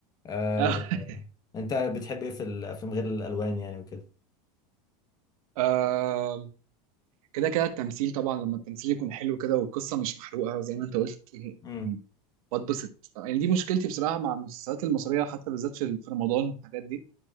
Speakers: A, on the left; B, on the right.
A: آه،
B: <laughs>
A: انت بتحب ايه في الافلام غير الالوان يعني وكده
B: آه، كده كده التمثيل طبعا لما التمثيل يكون حلو كده والقصة مش محروقة زي ما انت قلت
A: امم
B: م- بتبسط يعني دي مشكلتي بصراحة مع المسلسلات المصرية حتى بالذات في في رمضان والحاجات دي